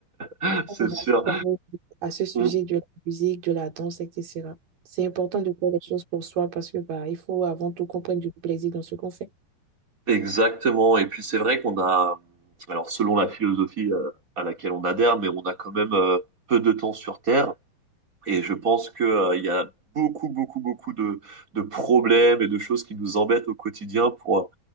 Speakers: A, on the right; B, on the right.
A: <laughs> C'est
B: on ramène
A: sûr.
B: quand même à ce sujet
A: On-
B: de la musique, de la danse, etc. C'est important de faire les choses pour soi parce que bah, il faut avant tout qu'on prenne du plaisir dans ce qu'on fait.
A: Exactement. Et puis, c'est vrai qu'on a. Alors, selon la philosophie euh, à laquelle on adhère, mais on a quand même euh, peu de temps sur Terre. Et je pense que, euh, il y a beaucoup, beaucoup, beaucoup de, de problèmes et de choses qui nous embêtent au quotidien pour,